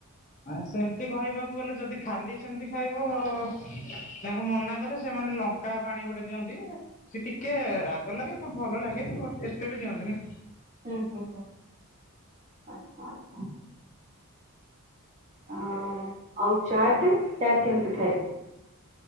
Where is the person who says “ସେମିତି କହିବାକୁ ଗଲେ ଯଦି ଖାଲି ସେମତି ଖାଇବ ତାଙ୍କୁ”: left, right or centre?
Left